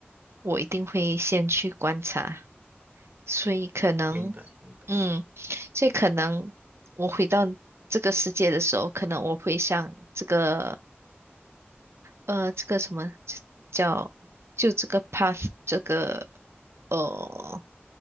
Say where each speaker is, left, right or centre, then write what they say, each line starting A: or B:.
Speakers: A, on the right; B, on the right.
A: 我一定会先去观察，所以可能，
B: 明白，明白，
A: 嗯，所以可能我回到这个世界的时候，可能我会像这个呃这个什么叫就这个 path 这个呃